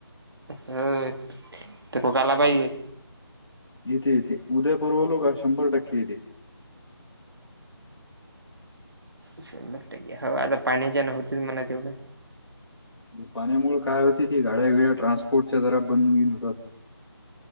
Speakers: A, on the right; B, on the left.
A: होय. तरोक आला पाहिजे.
B: येते येते. उद्या परवलोका शंभर टक्के येते.
A: शंभर टक्के, हवा आता पाण्याच्यान होत म्हणा तेवढं.
B: पाण्यामुळे काय होती. ती गाड्या बिड्या ट्रान्सपोर्टच्या जरा बंद बिंद होतात.